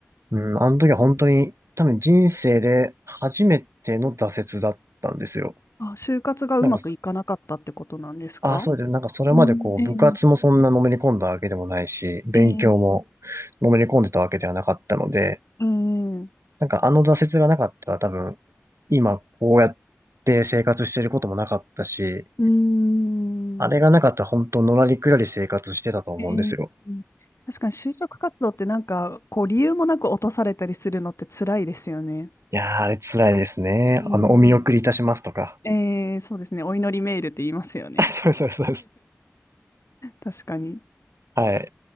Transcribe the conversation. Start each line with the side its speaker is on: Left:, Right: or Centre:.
Right: うん、あの時は本当に多分人生で初めての挫折だったんですよ。
Left: あ、就活がうまくいかなかったってことなんですか
Right: なんかそ、ああ、そうで、なんかそれまでこう部活もそんなのめり込んだわけでもないし、
Left: うん、ええ
Right: 勉強も
Left: ええええ
Right: のめり込んでたわけではなかったので、
Left: うん、う
Right: なんかあの挫折がなかったら多分今こうやって生活してることもなかったし、
Left: ーん
Right: あれがなかったら本当のらりくらり生活してたと思うんですよ。
Left: ええ確かに就職活動ってなんかこう理由もなく落とされたりするのって辛いですよね。
Right: いやー、あれ辛いですね。
Left: え
Right: あの、お見送りいたしますとか。
Left: えええそうですね。お祈りメールって言いますよね。
Right: <laughs> そうそうですそうです。
Left: 確かに。
Right: はい。